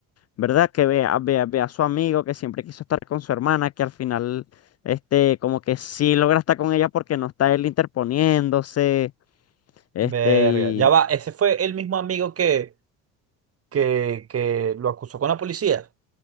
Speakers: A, on the left (about 40°); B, on the right (about 35°).
A: ¿verdad? Que vea, vea, vea a su amigo que siempre quiso estar con su hermana, que al final, este, como que sí logra estar con ella porque no está él interponiéndose, este,
B: Verga.
A: y
B: Ya va, ese fue el mismo amigo que, que, que lo acusó con la policía.